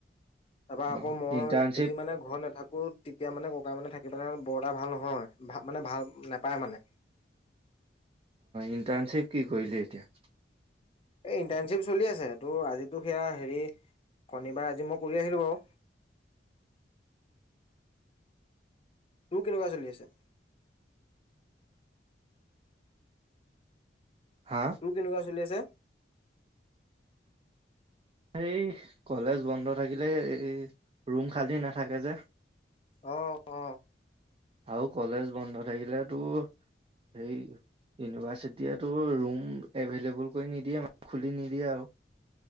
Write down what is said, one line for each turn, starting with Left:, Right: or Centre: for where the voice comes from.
Left: তাৰপৰা
Right: অ'
Left: আকৌ মই
Right: ইণ্টাৰ্ণশ্বিপ
Left: যদি মানে ঘৰত নাথাকো তেতিয়া মানে ককাই মানে থাকি পানে বৰ এটা ভাল নহয় ভ মানে ভাল নোপায় মানে
Right: ইণ্টাৰ্ণশ্বিপ কি কৰিলি এতিয়া
Left: এই ইণ্টাৰ্ণশ্বিপ চলি আছে তটো আজিতো সেয়া হেৰি শনিবাৰ আজি মই কৰি আহিলোঁ বাৰু
Right: স
Left: তোৰ কেনেকুৱা চলি আছে
Right: হা?
Left: তোৰ কেনেকুৱা চলি আছে
Right: এই কলেজ বন্ধ থাকিলে এই ৰুম খালী নাথাকে যে।
Left: অ অ।
Right: আৰু কলেজ বন্ধ থাকিলেতো হেৰী ইউনিভাৰ্চিটিয়েটো ৰুম এভেইলেবল কৰি নিদিয়ে খুলি নিদিয়ে আৰু।